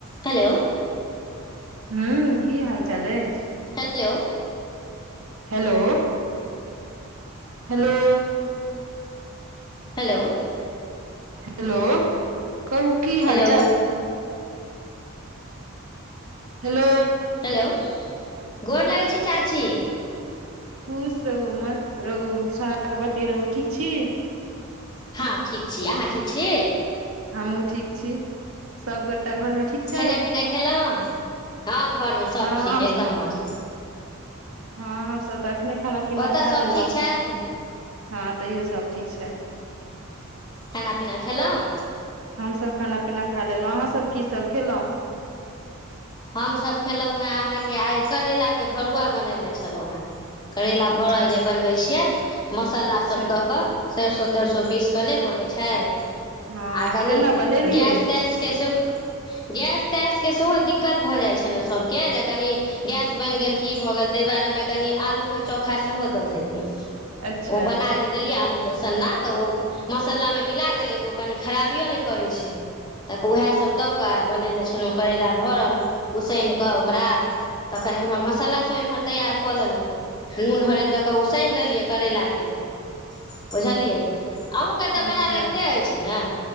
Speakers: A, on the left (about 20°); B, on the right (about 75°).
A: Hello
B: हू की हाल चाल अछि
A: hello
B: hello hello
A: hello
B: hello कहु की
A: हेलो
B: हाल चाल हेलो
A: हेलो गोर लगैय छी चाची
B: खुश रहू मस्त रहू सोहागवती रहू ठीक छी
A: हँ ठीक छी अहाँ ठीक छी
B: हमहुँ ठीक छी सबगोटा घर में ठीक छथि
A: खेनाइ पिनाइ खेलहुँ हँ घरमे सब
B: हँ
A: ठीक
B: हम
A: एकदम मस्त
B: हँ हमसभ तऽ अखने खाना पीना
A: ओतय
B: खा लेलहुँ
A: सभ ठीक छथि
B: हँ तैयो सब ठीक छैथ
A: खाना पीना खेलहुँ
B: हम सभ खाना पीना खा लेलहुं अहाँ सब की सब खेलहुँ
A: हमसभ खेलहुँ हेँ अहाँ के आइ करैला के भरुआ बनेने छलौ हेँ करैला भरल
B: अच्छा
A: जे बनबै छियै मसालासभ
B: अच्छा
A: दऽ कऽ सैरसो तैरसो पीस कऽ नय बनैत छै
B: हँ
A: आ कनि
B: केना बनेलियै
A: गैस तैसके सेहो गैस तैसके सेहो दिक् दिक्कत भऽ जाइ छै ने सभके जे कनि गैस बनि गेल कि भऽ गेल ताहि दुआरे ओ मे कनि आलू के चोखा सेहो दऽ दैलीयै
B: अच्छा
A: ओ बना देत देलियै आलू के सन्ना तऽ ओ मसाला मे मिला देलियै तऽ ओ कनि खराबियो नय करै छै तऽ उएहसभ दऽ कऽ आ बनेने छलहुँ करैला भरल उसैन कऽ ओकरा तखन एम्हर मसाला सभ एम्हर तैयार कऽ लेलहुँ नून हरैदऽ कऽ उसनि देलियै करैला के बुझलियै अहुँके तऽ
B: अच्छा
A: बनायल अबिते अछि ने